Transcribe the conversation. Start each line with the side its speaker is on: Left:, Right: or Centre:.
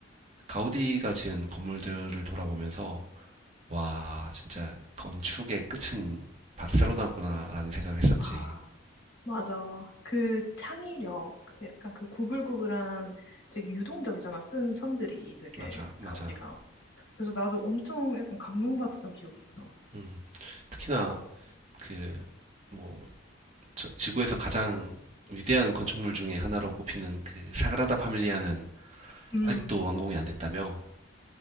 Right: 가우디가 지은 건물들을 돌아보면서 와, 진짜 건축의 끝은 바르셀로나구나라는 생각을 했었지.
Left: 아, 맞아. 그 창의력, 그 약간 그 구불구불한 되게 유동적이잖아. 쓴 선들이 되게
Right: 맞아, 맞아.
Left: 가우디가. 그래서 나도 엄청 약간 감동받았던 기억이 있어.
Right: 음, 특히나 그 뭐 지구에서 가장 위대한 건축물 중에 하나로 꼽히는 그 사그라다 파밀리아는
Left: 음.
Right: 아직도 완공이 안 됐다며?